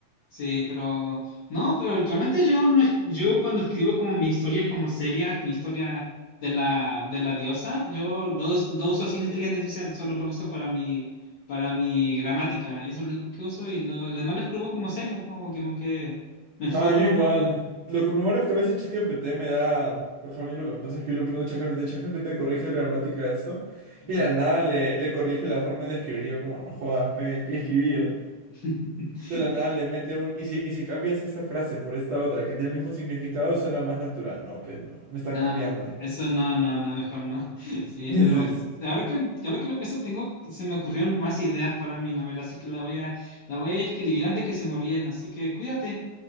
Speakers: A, on the left (about 65°); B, on the right (about 70°).
A: Sí, pero no, pero realmente yo no es- yo cuando escribo como mi historia como seria, mi historia de la de la diosa, yo lo, us- lo uso sin inteligencia artificial, solo lo uso para mi para mi gramática, y eso es lo único que uso y lo, lo demás lo escribo como serio, como, como que me enfoco
B: No, yo
A: nomás.
B: igual. Lo que primero es que a veces ChatGPT me da. Por ejemplo, y lo que pasa es que yo le pregunto a ChatGPT, ChatGPT corrige la gramática de esto. Y
A: Sí.
B: de la nada le, le corrige la forma de escribir. y Yo, como, no jodas, pe, yo quiero escribir.
A: <laughs>
B: De la nada le mete un. Y si, y si cambias esta frase por esta otra que tiene el mismo significado, suena más natural. No, pe, no. Me estás
A: No,
B: cambiando
A: no,
B: ahí.
A: eso no, no, no, mejor no. <laughs> Sí,
B: <laughs> Sí,
A: pero
B: sí, sí.
A: ahora que, ahora que lo pienso, tengo, se me ocurrieron más ideas para mi novela, así que la voy a, la voy a escribir antes que se me olviden, así que cuídate.